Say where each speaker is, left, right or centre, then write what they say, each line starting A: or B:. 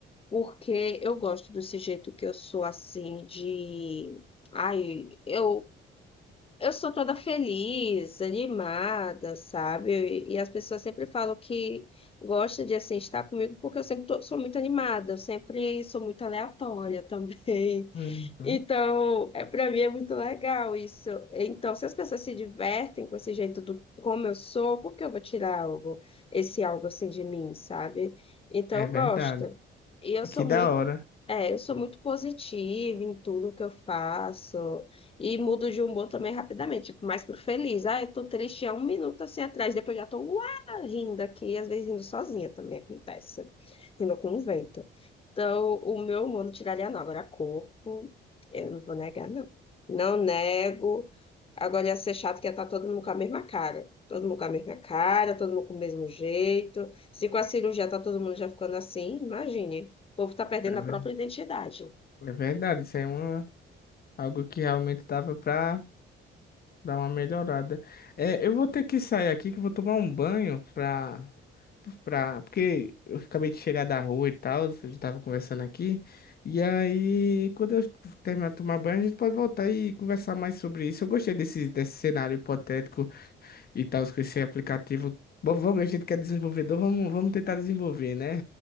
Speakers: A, on the left (about 30°); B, on the left (about 50°).
A: Porque eu gosto desse jeito que eu sou assim, de. Ai, eu eu sou toda feliz, animada, sabe? E, e as pessoas sempre falam que gostam de assim estar comigo porque eu sempre tô- sou muito animada, eu sempre sou muito aleatória também. <laughs>
B: uhum.
A: Então, é para mim é muito legal isso. Então, se as pessoas se divertem com esse jeito do como eu sou, por que eu vou tirar algo, esse algo assim de mim, sabe? Então,
B: É
A: eu
B: verdade.
A: gosto. E eu sou
B: Que da
A: muito
B: hora.
A: é, eu sou muito positiva em tudo que eu faço e mudo de humor também rapidamente, tipo, mais pro feliz. Ah, eu tô triste há um minuto assim atrás, depois já tô uá, rindo aqui, às vezes rindo sozinha também acontece, rindo com o vento. Então, o meu humor não tiraria não. Agora, corpo, eu não vou negar, não. Não nego. Agora ia ser chato que ia estar todo mundo com a mesma cara. Todo mundo com a mesma cara, todo mundo com o mesmo jeito. Se com a cirurgia tá todo mundo já ficando assim, imagine. O povo está perdendo
B: É
A: a própria
B: ver-
A: identidade.
B: é verdade, isso é uma, algo que realmente dava pra dar uma melhorada. É, eu vou ter que sair aqui que eu vou tomar um banho pra, pra, porque eu acabei de chegar da rua e tal, a gente tava conversando aqui. E aí, quando eu terminar de tomar banho, a gente pode voltar e conversar mais sobre isso. Eu gostei desse, desse cenário hipotético e tal, com esse aplicativo. Bom, vamos, a gente quer desenvolvedor, vamos, vamos tentar desenvolver, né?